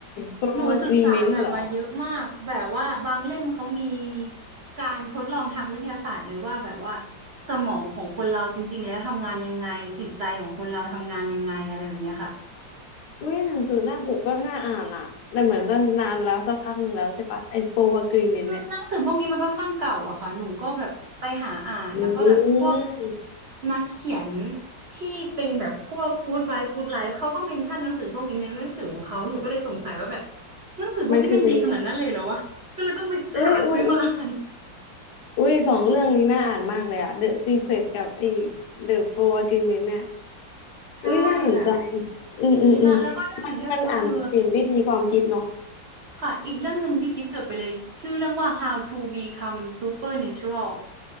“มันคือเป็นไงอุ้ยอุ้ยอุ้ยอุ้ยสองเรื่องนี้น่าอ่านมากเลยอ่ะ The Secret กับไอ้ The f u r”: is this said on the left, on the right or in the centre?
Left